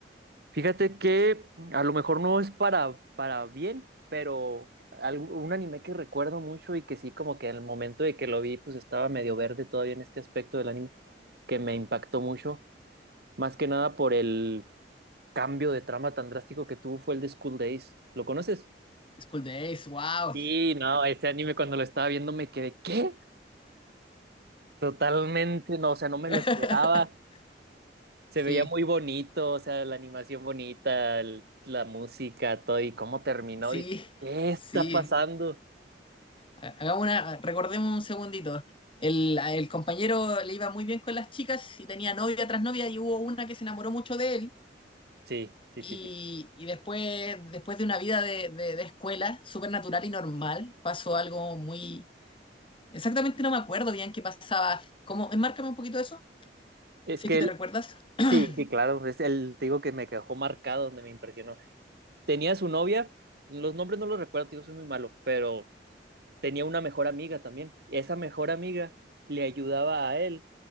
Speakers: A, on the right; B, on the left.
A: Fíjate que a lo mejor no es para, para bien, pero algo- un anime que recuerdo mucho y que sí, como que en el momento de que lo vi, pues estaba medio verde todavía en este aspecto del anime, que me impactó mucho, más que nada por el cambio de trama tan drástico que tuvo fue el de School Days. ¿Lo conoces?
B: School Days, wow.
A: Y no, ese anime cuando lo estaba viendo me quedé, ¿qué? Totalmente, no, o sea, no me
B: <laughs>
A: lo esperaba. Se
B: Sí,
A: veía muy bonito, o sea, la animación bonita, el- la música, todo, y cómo terminó,
B: sí,
A: dije, ¿qué
B: sí.
A: está pasando?
B: ha- hagamos una, recordemos un segundito. El, a- el compañero le iba muy bien con las chicas y tenía novia tras novia y hubo una que se enamoró mucho de él
A: Sí, sí,
B: y,
A: sí, sí.
B: y después, después de una vida de, de- de escuela súper natural y normal pasó algo muy... Exactamente no me acuerdo bien qué pasaba. ¿Cómo? Enmárcame un poquito eso,
A: Es
B: si
A: que
B: es que
A: él,
B: te recuerdas. <clears throat>
A: sí, sí, claro, es el, te digo que me dejó marcado donde me impresionó. Tenía su novia, los nombres no los recuerdo, tío, soy muy malo, pero tenía una mejor amiga también. Esa mejor amiga le ayudaba a él